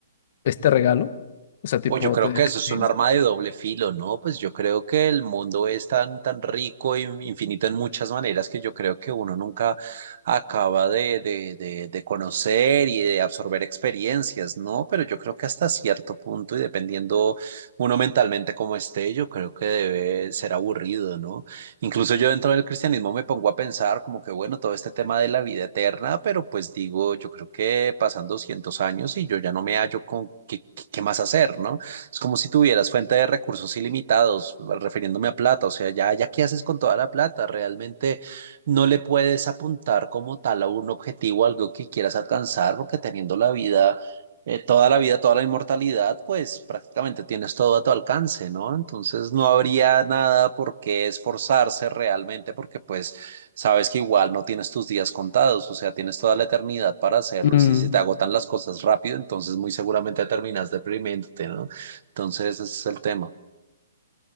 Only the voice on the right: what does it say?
O yo creo
que
eso es un arma de doble filo, ¿no? Pues yo creo que el mundo es tan, tan rico e infinito en muchas maneras que yo creo que uno nunca acaba de, de, de, de conocer y de absorber experiencias, ¿no? Pero yo creo que hasta cierto punto y dependiendo uno mentalmente como esté, yo creo que debe ser aburrido, ¿no? Incluso yo dentro del cristianismo me pongo a pensar como que, bueno, todo este tema de la vida eterna, pero pues digo, yo creo que pasan 200 años y yo ya no me hallo con qué, qué qué más hacer, ¿no? Es como si tuvieras fuente de recursos ilimitados, refiriéndome a plata. O sea, ya, ya qué haces con toda la plata. Realmente no le puedes apuntar como tal a un objetivo, algo que quieras alcanzar, porque teniendo la vida, eh, toda la vida, toda la inmortalidad, pues prácticamente tienes todo a tu alcance, ¿no? Entonces no habría nada por qué esforzarse realmente, porque pues sabes que igual no tienes tus días contados, o sea, tienes toda la eternidad para hacerlo
y si se te agotan las cosas rápido, entonces muy seguramente terminas deprimiéndote, ¿no? Entonces, ese es el tema.